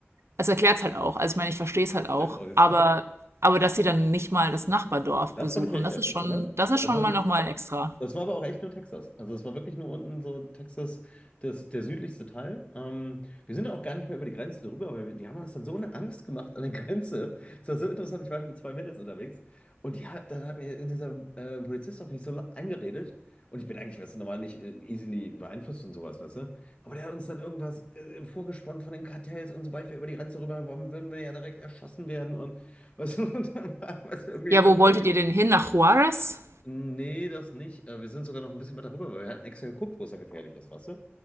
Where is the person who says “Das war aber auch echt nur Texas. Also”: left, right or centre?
Left